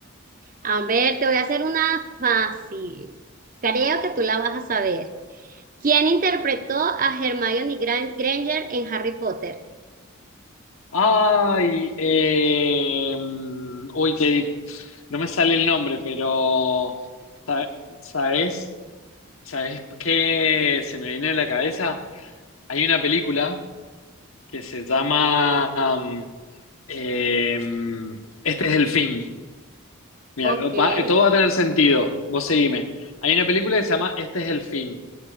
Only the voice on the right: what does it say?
A ver, te voy a hacer una fácil. Creo que tú la vas a saber. ¿Quién interpretó a Hermione Gran- Granger en Harry Potter?
Ok,
ay,